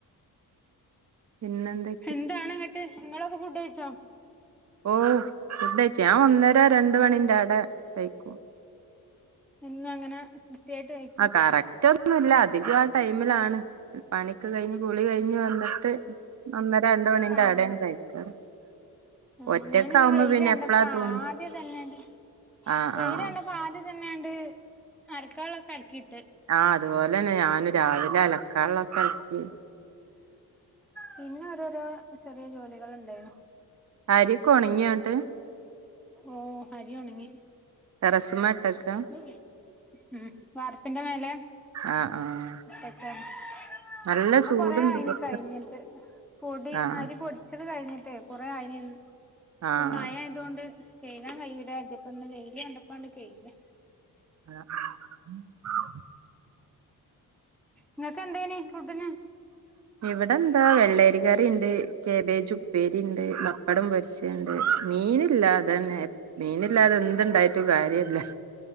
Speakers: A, on the right (about 45°); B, in the centre.
A: പിന്നെ എന്തെ
B: ഹെന്താണ്ങ്ങിട്ട് ഇങ്ങളൊക്കെ ഫുഡ് കഴിച്ചോ
A: ഓ ഫുഡയ്ച്ചു ഞാൻ ഒന്നര രണ്ട് മണിന്റെ എടെ കഴിക്കും
B: എന്നു അങ്ങനെ കൃത്യായിട്ട് കഴി
A: ആഹ് കറക്റ്റ് ഒന്നുല്ല അധികം ആഹ് ടൈമിലാണ് പണിക്കെ കഴിഞ്ഞ് കുളി കഴിഞ്ഞ് വന്നിട്ട് ഒന്നര രണ്ട് മണിന്റെ
B: ആഹ്
A: എടെണ്
B: ആഹ്
A: കഴിക്കാറ്
B: ആഹ്
A: ഒറ്റക്കാവുമ്പോ
B: ഞാനിന്ന് വെയില്
A: പിന്നെ
B: കണ്ടപ്പ
A: എപ്പളാ തോന്ന
B: ആദ്യ തന്നെണ്ട്
A: ആഹ്
B: വെയില്
A: ആഹ്
B: കണ്ട പ്പൊ ആദ്യത്തന്നെ ആണ്ട് അലക്കാൻ ള്ളൊക്കെ അലക്കിട്ട്
A: ആഹ് അതുപോലെന്നെ ഞാനും രാവിലെ അലക്കാള്ളൊക്കെ അലക്കി
B: പിന്നെ ഓരോരോ ചെറിയ ജോലികൾ ഇണ്ടായിന്നു
A: അരിക്കെ ഒണങ്യോ ന്നട്ട്
B: ഓ അരിയൊണങ്ങി
A: രസമാട്ടക്
B: ഉം ഉം വാർപ്പിന്റെ മേലെ
A: ആഹ് ആഹ്
B: <unintelligible> ആഹ്
A: നല്ല ചൂടുണ്ട്
B: കൊറ ആയിനി
A: പൊറത്ത്
B: കഴിഞ്ഞിട്ട്. പൊടി
A: ആഹ്
B: അരി പൊടി ച്ചത് കഴിഞ്ഞിട്ടെ കൊറെ ആയ്നിന്ന്. ഇപ്പ
A: ആഹ്
B: മഴേ തുകൊണ്ട് കൈകാൻ കയ്യൂല്ല. ദി പ്പ ന്ന് വെയിലി കണ്ടപ്പാണ്ട് കെയ്കാ
A: ആഹ ആ
B: ഇങ്ങക്ക എന്തേനി ഫുഡിന്?
A: ഇവിടെ എന്താ? വെള്ളരി കറിണ്ട്. കേബേജ് ഉപ്പേരിണ്ട്. ബപ്പടം പൊരിച്ച് ട്ട്ണ്ട്. മീനില്ലാ അതന്നെ. മീനില്ലാതെ എന്ത്ണ്ടായിട്ടും കാര്യല്ല്യാ.